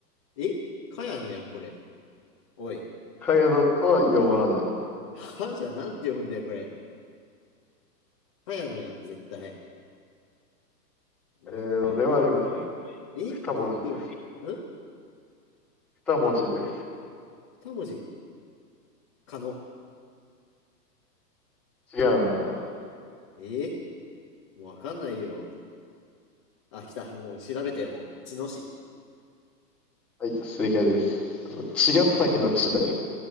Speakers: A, on the left (about 20°); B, in the centre.
A: え茅野やん、これ。おい。
B: かやのとは読まない。
A: はじゃあ、なんて読むんだよ、これ。茅野やん、絶対。おい、
B: えー、
A: これ。
B: のではありません。
A: えなんて読むん
B: 二文字です。二文字で
A: 二文字。かの。
B: す。違うなは
A: えー、もうわかんないよ。あ、来た。もう調べてよ、もう。茅野市。
B: い、正解です。あの茅ヶ崎の地だよ。